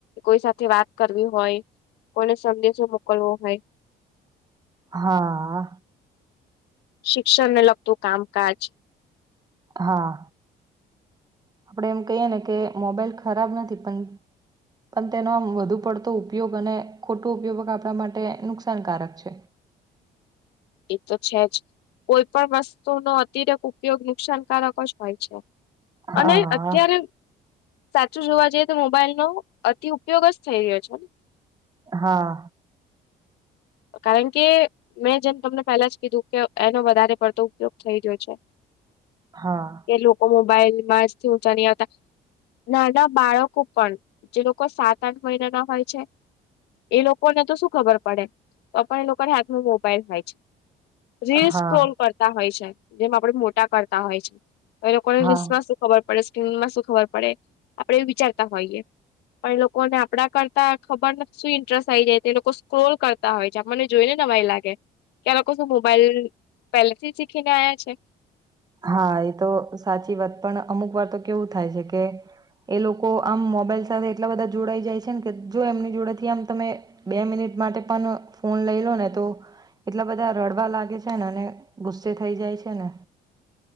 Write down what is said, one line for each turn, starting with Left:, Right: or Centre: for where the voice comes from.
Left: કોઈ સાથે વાત કરવી હોય કોને સંદેશો મોકલવો હોય
Right: હા
Left: શિક્ષણને લગતું કામકાજ
Right: હા આપણેે એમ કહીએ ને કે મોબાઈલ ખરાબ નથી પણ પણ તેનો આમ વધુ પડતો ઉપયોગ અને ખોટો ઉપયોગ આપણા માટે નુકસાનકારક છે
Left: <unintelligible> એ તો છે જ કોઈ પણ વસ્તુનો આર્થિક ઉપયોગ નુકસાનકારક જ હોય છે
Right: હા
Left: અને અત્યારે શું જોવા જઈએ તો મોબાઈલ નો અતિ ઉપયોગ જ થઈ રહ્યો છેને
Right: હા
Left: કારણ કે મેં જેમ તમને પેલા જ કીધું કે એનો વધારે પડતો ઉપયોગ થઈ ગયો છે
Right: હા
Left: કે લોકો મોબાઈલ માથી ઊંચા ન આવતા નાના બાળકો પણ જે લોકો સાત આઠ મહિના ના હોય છે એ લોકો ને તો શું ખબર પડે તો પણ એ લોકોને હાથમાં મોબાઈલ હોય છે રીલસ
Right: હા
Left: ટ્રોલ કરતા હોય છે જેમ આપડે મોટા કરતા હોય છે એ લોકોને‌
Right: હા
Left: રિલસમાં શું ખબર સ્ક્રીનમાં શું ખબર પડે આપડે એ વિચારતા હોઈએ પણ એ લોકો ને આપડા કરતા ખબર શું ઇન્ટરેસ્ટ આ આવી જાય લોકો સ્ક્રોલ કરતા તા હોય છે મને જોઈ નેય લાગે ત્યાં લોકો શું મોબાઈલ પેલેથી શીખીને આવ્યા છે
Right: હા એ તો સાચી વાત પણ અમુક વાર તો કેવું થાય છે કે એ લોકો આમ મોબાઈલ સાથે એટલા બધા જોડાઈ જાય છે ને કે જો એમની જોડેથી આમ તમે બે મિનિટ માટે પણ ફોન લઈ લો ને તો એટલા બધા રડવા લાગે છે ને અને ગુસ્સે થઈ જાય છે ને